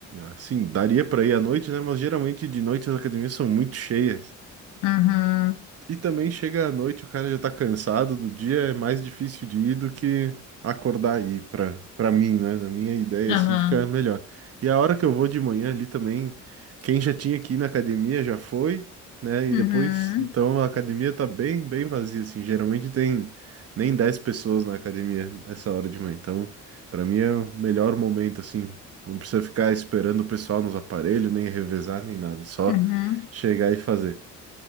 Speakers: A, on the right; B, on the left.
A: assim, daria pra ir à noite, né? Mas geralmente de noite as academias são muito cheias.
B: Uhum,
A: E também chega à noite, o cara já tá cansado do dia, é mais difícil de ir do que acordar aí, pra, pra mim, né? Na minha ideia,
B: Aham.
A: assim, fica melhor. E a hora que eu vou de manhã ali também, quem já tinha que ir na academia já foi, né? E
B: uhum,
A: depois, então a academia tá bem, bem vazia, assim. Geralmente tem nem 10 pessoas na academia nessa hora de manhã. Então, pra mim é o melhor momento, assim. Não precisa ficar esperando o pessoal nos aparelhos, nem revezar, nem nada. É Só
B: uhum.
A: chegar e fazer.